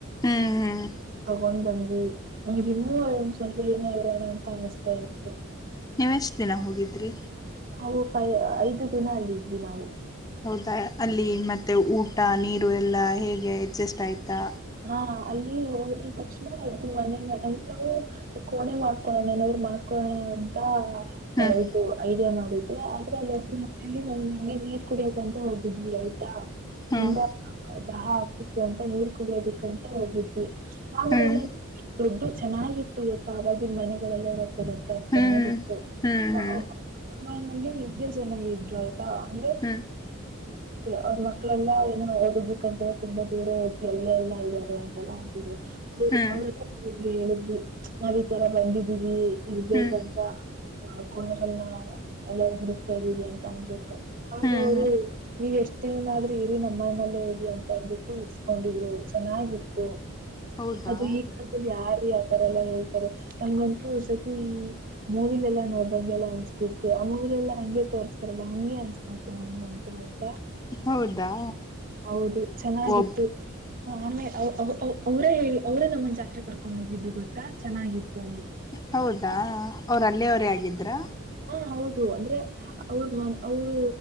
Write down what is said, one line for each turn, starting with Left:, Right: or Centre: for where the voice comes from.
Left: ಹ್ಮ್ ಹ್ಮ್
Right: ತಗೊಂಡ್ ಬಂದ್ವಿ ನಮಗ್ ಇನ್ನೂ ಒಂದ್ ಸ್ವಲ್ಪ ದಿನ ಇರೋಣ ಅಂತ ಅನಿಸತಾ ಇತ್ತು
Left: ನೀವು್ ಎಷ್ಟು ದಿನ ಹೋಗಿದ್ರರಿ
Right: ನಾವು ಫೈ ಐದು ದಿನ ಅಲ್ಲಿದ್ವಿ ನಾವು
Left: ಹೌದಾ ಅಲ್ಲಿ ಮತ್ತೆ ಊಟ ನೀರು ಎಲ್ಲ ಹೇಗೆ ಅಡ್ಜಸ್ಟ್ ಆಯ್ತಾ
Right: ಹಾ ಅಲ್ಲಿ ಹೋದ ತಕ್ಷಣದು ಮನ ಅಲ್ಲಿ ನಾವು ಕೋಣೆ ಮಾಡ್ಕೊೋಣನ್ರು ಮಾಡ್ಕೊಣ ಅಂತ
Left: ಹ್ಮ್
Right: ಹೌದು ಐಡಿಯಾ ಮಾಡುದು ಆದ್ರೆ ಅಲ್ಲಿೊಬ್ರು ಮನ ನಾವು ನಂಗೆ ನೀರ್ ಕುಡಿಯೋಕಂತ ಹೋಗಿದ್ವಿ ಆಯ್ತಾ
Left: ಹ್ಮ್
Right: ತುಂಬಾ ದಹ ಆಗ್ತಿತ್ತು ಅಂತ ನೀರ್ ಂತ ಹೋಗಿದ್ವಿ ಆರೆಲ್ಲ
Left: ಹ್ಮ್
Right: ದುಡ್ಡು ಚೆನ್ನಾಗಿತ್ತು ಇವತ್ತುಾ <unintelligible> ಮನೆಗಳಲ್ಲ ಇರುತೆ ಗೊತ್ತಾ ಚೆನ್ನಾಗಿತ್ತು
Left: ಹ್ಮ್ ಹ್ಮ್
Right: ಆ
Left: ಹ್ಮ್
Right: ಆ ಆಲ್ಲಿ ಇಬ್ರೇ ಜನ ಇದ್ರು ಆ ಹಾ <unintelligible>
Left: ಹ್ಮ್
Right: ಅವ್ರ ಮಕ್ಕಳೆಲ್ಲಾ ಏನೋ ಓದಬೇಕಂತ್ರೆ ತುಂಬಾ ದೂರ ಹ ಎಲ್ಲ ಎಲ್ಲ ಇದ್ದಾರೆ ಅಂತ ಎಲ್ಲಾ ಅಂತಿದ್ರು ಅವ್ರ
Left: ಹ್ಮ್
Right: ಅವ್ರಲ್ಲ
Left: ಹ್ಮ್
Right: ಹೇಳಿದ್ವಿ ನಾವ್ ಈ ತರ ಬಂದಿದೀವಿ ಇರ್ಬೇಕಂತ
Left: ಹ್ಮ್
Right: ನ ಕೋಣೆಗಳನ್ನ ಎಲ್ಲ ಹುಡುಕ್ತಾ ಇದ್ದೀವಿ ಅಂತ ಅಂದಬಿಟ್ಟು ಆಗ
Left: ಹ್ಮ್
Right: ಅವರು ನೀವ್ ಎಷ್ಟ್ ದಿನನಾದ್ರರು ಇರಿ ನಮ್ಮನಲ್ಲೇ ಇರಿ ಅಂತ ಅಂದ್ಬಿಟ್ಟು ಕೊಂಡಿದ್ರು ಚೆನ್ನಾಗಿತ್ತು
Left: ಹೌದಾ
Right: ಅದು ಈ ಇಲ್ಲಿ ಯಾರೀ ಆತರ ಎಲ್ಲಾ ಹೇಳ್ತಾರೆ ನಂಗಂತೂ ಸತಿ ಮೂವಿ ಲೆಲ್ಲ ನೋಡ್ದಂಗೆಲ್ ಅನಿಸ್ಬಿಡ್ತು ಅವಾಗಲೆಲ್ಲ ಹಂಗೆ ತೋರಿಸಸ್ತಾರಲ್ಲಾ ಹಂಗೆ ಅನ್ಸ್ ಬಿಡ್ತು ನಮಗ ಅಂತೂ ಮತ್ತ
Left: ಹೌದಾ
Right: ಹೌದು ಚೆನ್ನಾಗಿತ್ತು
Left: ಒಬ್
Right: ಹ ಆಮೇ ಅವ್ ಅವ್ ಅವ ಅವರೇ ಹೇಳಿ ಅವ್ರೇ ನಮ್ಮನ್ ಜಾತ್ರೆ ಕರ್ಕೊಂಡು ಹೋಗಿದ್ದು ಗೊತ್ತಾ ಚೆನ್ನಾಗಿತ್ತು ಅಲ್ಲಿ
Left: ಹೌದಾ ಅವರು ಅಲ್ಲಿವರೇ ಆಗಿದ್ರಾ
Right: ಹಾ ಹೌದು ಅಂದ್ರೆ ಅವ್ರ ಮ ಅವರು